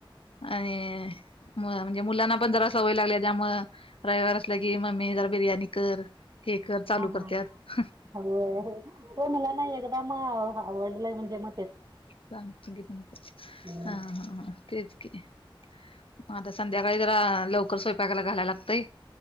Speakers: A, on the left; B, on the right.
A: आणि.... मु म्हणजे मुलांना पण जरा सवय लागल्या त्यामुळ रविवार असला की मम्मी जरा बिर्याणी कर.... हे कर चालू
B: हां
A: करत्यात....
B: हां हां होय... ते मला ना एकदा म आवडलंय म्हणजे म....
A: सांगतो गी नंतर
B: हम्म.
A: हा हा हां..... तेच की मग आता संध्याकाळी जरा लवकर स्वयंपाकाला घालायला लागतंय.